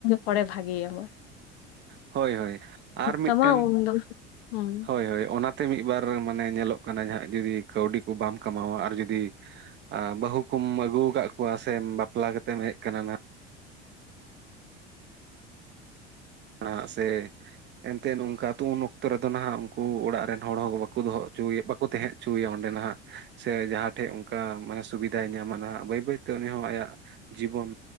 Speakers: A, on the left; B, on the right.
A: ᱦᱚᱲᱰᱮ ᱵᱷᱟᱜᱮ ᱢᱟ
B: ᱦᱳᱭ ᱦᱳᱭ ᱟᱨ ᱢᱤᱫ
A: ᱛᱟᱢᱟ
B: ᱴᱮᱱ
A: ᱩᱱᱫᱚ ᱦᱩᱸ
B: ᱦᱳᱭ ᱦᱳᱭ ᱚᱱᱟ ᱛᱮ ᱢᱤᱫ ᱵᱟᱨ ᱢᱟᱱᱮ ᱧᱮᱞᱚᱜ ᱠᱟᱱᱟ ᱡᱟᱦᱟᱸᱟᱸ ᱡᱩᱫᱤ ᱠᱟᱹᱣᱰᱤ ᱠᱚ ᱵᱟᱢ ᱠᱟᱢᱟᱣᱟ ᱟᱨ ᱡᱩᱫᱤ ᱵᱟᱹᱦᱩ ᱠᱚᱢ ᱟᱹᱜᱩ ᱟᱠᱟᱫ ᱠᱚᱣᱟ ᱥᱮ ᱵᱟᱯᱞᱟ ᱠᱟᱛᱮᱢ ᱦᱮᱡ ᱟᱠᱟᱱᱟ ᱱᱟᱜ ᱥᱮ ᱮᱱᱛᱮᱫ ᱱᱚᱝᱠᱟ ᱩᱱ ᱚᱠᱛᱚ ᱨᱮᱫᱚ ᱱᱟᱦᱟᱜ ᱩᱱᱠᱩ ᱚᱲᱟᱜ ᱨᱮᱱ ᱦᱚᱲ ᱦᱚᱸ ᱵᱟᱠᱚ ᱫᱚᱦᱚ ᱚᱪᱚᱭᱮᱫ ᱵᱟᱠᱚ ᱛᱟᱦᱮᱸ ᱦᱚᱪᱚᱭᱮᱭᱟ ᱚᱸᱰᱮ ᱱᱟᱦᱟᱜ ᱥᱮ ᱡᱟᱦᱟᱸ ᱴᱷᱮᱡ ᱚᱱᱠᱟ ᱢᱟᱱᱮ ᱥᱩᱵᱤᱫᱟᱭ ᱧᱟᱢᱟ ᱱᱟᱦᱟᱜ ᱵᱟᱹᱭ ᱵᱟᱹᱭᱛᱮ ᱩᱱᱤ ᱦᱚᱸ ᱟᱭᱟᱜ ᱡᱤᱵᱚᱱ